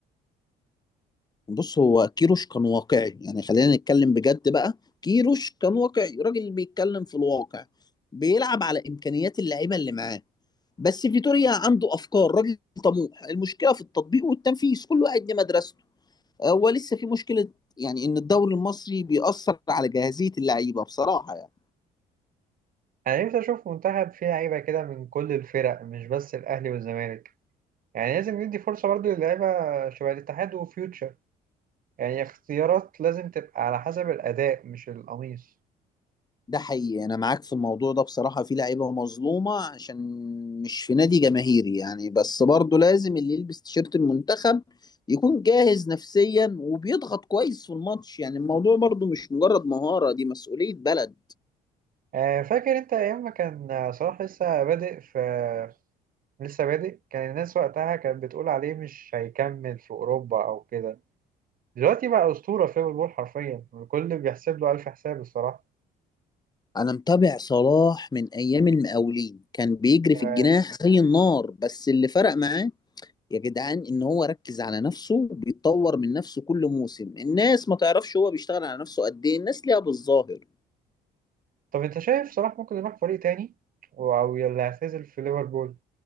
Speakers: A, on the left; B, on the right.
A: بص هو كيروش كان واقعي يعني خلينا نتكلم بجد بقى كيروش كان واقعي راجل بيتكلم في الواقع بيلعب على امكانيات اللعيبه اللي معاه بس فيتوريا عنده افكار راجل طموح المشكله في التطبيق والتنفيذ كل واحد ليه مدرسته هو لسه في مشكله يعني ان الدوري المصري بيأثر على جاهزيه اللعيبه بصراحه
B: انا نفسي اشوف منتخب فيه لعيبه كده من كل الفرق مش بس الاهلي والزمالك يعني لازم ندي فرصه برضو للعيبه شبه الاتحاد وفيوتشر يعني اختيارات لازم تبقى على حسب الاداء مش القميص
A: ده حقيقي انا معاك في الموضوع ده بصراحة في لعيبة مظلومة عشان مش في نادي جماهيري يعني بس برضه لازم اللي يلبس تيشيرت المنتخب يكون جاهز نفسيا وبيضغط كويس في الماتش يعني الموضوع برضه مش مجرد مهارة دي مسؤولية بلد
B: آه، فاكر انت ايام ما كان آه، صلاح لسه بادئ في <sniffs> لسه بادئ كان الناس وقتها كانت بتقول عليه مش هيكمل في اوروبا او كده دلوقتي بقى اسطوره في ليفربول حرفيا الكل بيحسب له الف حساب الصراحه
A: انا متابع صلاح من ايام المقاولين كان بيجري
B: آه،
A: في الجناح زي النار بس اللي فرق معاه يا جدعان ان هو ركز على نفسه بيتطور من نفسه كل موسم الناس ما تعرفش هو بيشتغل على نفسه قد ايه الناس ليها بالظاهر
B: طب انت شايف صلاح ممكن يروح فريق تاني او يلا يعتزل في ليفربول